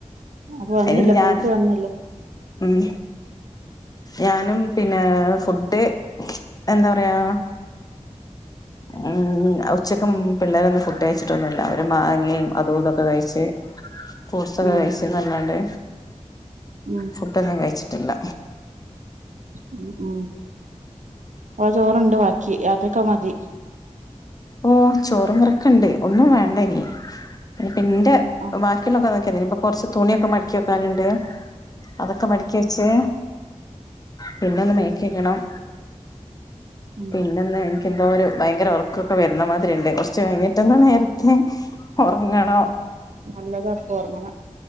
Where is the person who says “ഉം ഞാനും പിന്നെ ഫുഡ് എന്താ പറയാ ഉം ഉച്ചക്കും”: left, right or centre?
Left